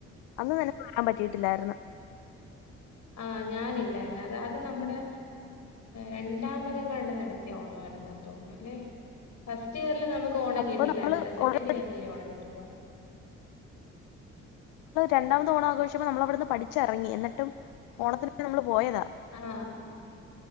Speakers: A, on the left (about 70°); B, on the left (about 50°).
A: അന്ന് തന്നെ പോകാൻ പറ്റിയിട്ടില്ലായിരുന്നു
B: ആഹ് ഞാനില്ലായിര്ന്ന് അത് അത് നമ്മുടെ രണ്ടാമതാങ്ങണ്ടെ നടത്തിയ ഓണം ആയിരുന്നെന്ന് തോന്നുന്നു ല്ലെ ഫസ്റ്റ് ഇയറില് നമുക്ക് ഓണം
A: അപ്പൊ
B: കിട്ടീല്ലായിരുന്നല്ലോ
A: നമ്മള്
B: സെക്കൻഡ്
A: ഓൾറെഡി
B: ഇയറിൽല്ലെ ഓണം കിട്ടൊള്ളൂ
A: രണ്ടാമത്തെ ഓണം ആഘോഷ്യപ്പോ നമ്മള് അവിടന്ന് പഠിച്ചെറങ്ങി എന്നിട്ടും ഓണത്തിന് ന്ന് നമ്മള് പോയതാ
B: ആഹ്